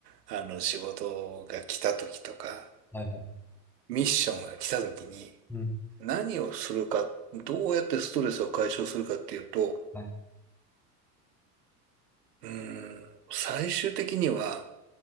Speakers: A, on the right (about 80°); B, in the centre.
A: あの、仕事が来た時とか、
B: はいはい。
A: ミッションが来た時に、
B: うん、はいはい。うん、
A: 何をするか、どうやってストレスを解消するかっていうと、
B: はい
A: うーん、最終的には